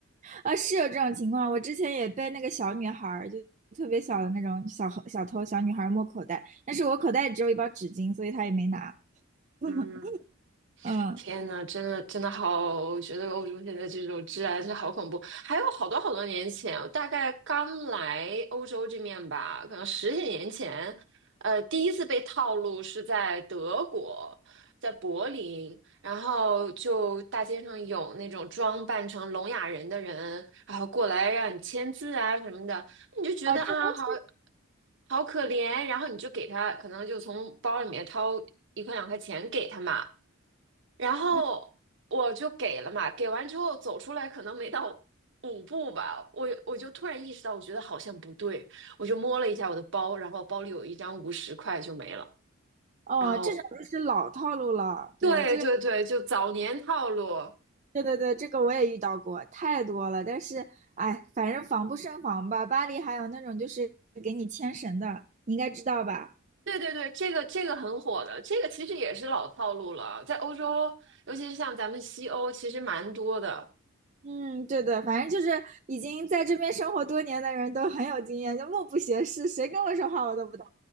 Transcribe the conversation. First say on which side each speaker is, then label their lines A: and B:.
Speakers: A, on the right; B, on the right.
A: 啊，是有这种情况，我之前也被那个小女孩儿，就特别小的那种小小偷小女孩儿摸口袋，但是我口袋里只有一包纸巾，所以她也没拿。<laughs>
B: 嗯，
A: 嗯，
B: 天呐，真的真的好，我觉得欧洲现在这种治安是好恐怖。还有好多好多年前，我大概刚来欧洲这面吧，可能十几年前，呃，第一次被套路是在德国，在柏林，然后就大街上有那种装扮成聋哑人的人，然后过来让你签字啊什么的，你就觉得啊好。
A: 哦，这都是，
B: 好可怜。然后你就给他，可能就从包里面掏一块两块钱给他嘛。然后我就给了嘛，
A: 嗯，
B: 给完之后走出来，可能没到五步吧，我我就突然意识到，我觉得好像不对，我就摸了一下我的包，然后包里有一张五十块就没了。
A: 哦，
B: 然后，
A: 这种就是老套路了，对，
B: 对对对，
A: 这个
B: 就早年套路，
A: 对对对，这个我也遇到过，太多了。但是，哎，反正防不胜防吧。巴黎还有那种就是给你牵绳的，你应该知道吧？
B: 对对对，这个这个很火的，这个其实也是老套路了，在欧洲，尤其是像咱们西欧，其实蛮多的。
A: 嗯，对对，反正就是已经在这边生活多年的人都很有经验，就目不斜视，谁跟我说话我都不懂，